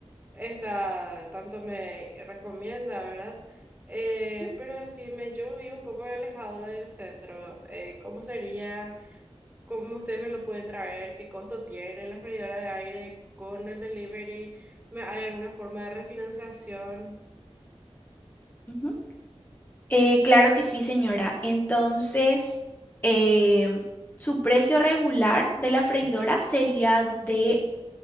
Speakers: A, on the right; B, on the left.
A: esta tanto me recomienda, ¿verdad? Eh,
B: ¿Mm?
A: pero decime, yo vivo un poco alejado del centro. eh, ¿cómo sería? cómo ustedes me lo pueden traer, qué costo tiene la freidora de aire con el delivery, ¿Me- hay alguna forma de refinanciación.
B: Ujú. Eh, claro que sí, señora. Entonces, eh, su precio regular de la freidora sería de